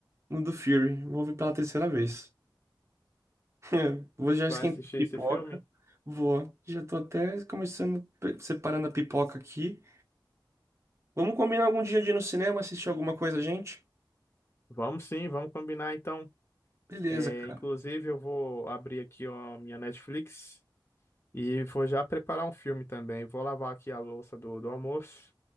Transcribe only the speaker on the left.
Vai assistir
esse filme?
Vamos sim, vamos combinar então.
É,
inclusive, eu vou abrir aqui ó, a minha Netflix. E vou já preparar um filme também. Vou lavar aqui a louça do, do almoço